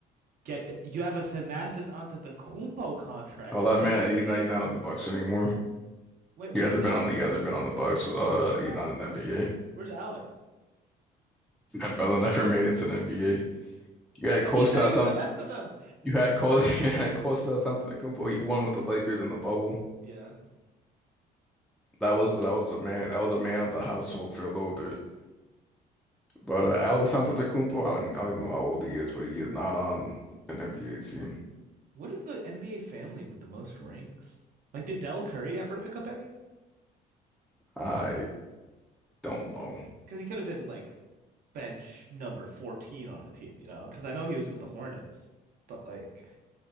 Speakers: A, on the right; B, in the centre.
A: get th- you have a Thanasis Antetokounmpo contract,
B: Oh, that
A: bro.
B: man, you're
A: <laughs>
B: not, you're not on the Bucks anymore.
A: Wait,
B: You
A: where'd
B: hasn't
A: he go?
B: been on the you hasn't been on the Bucks. Uh,
A: Where'd he go?
B: you're not in the NBA.
A: Where's Alex? <laughs>
B: Sam Bell <laughs> never made it to the NBA. You had Kostas
A: He said he was
B: Sant
A: the best of them.
B: you had Kostas <laughs> you had Kostas Antetokounmpo. He won with the Lakers in the bubble.
A: Yeah.
B: That was that was a man that was a man of the household for a little bit. But uh, Alex Antetokounmpo, I don't I don't even know how old he is, but he is not on an NBA team.
A: What is the NBA family with the most rings? Like, did Dell Curry ever pick up any?
B: I don't know.
A: Because he could have been like bench number 14 on a team, you know? Because I know he was with the Hornets, but like,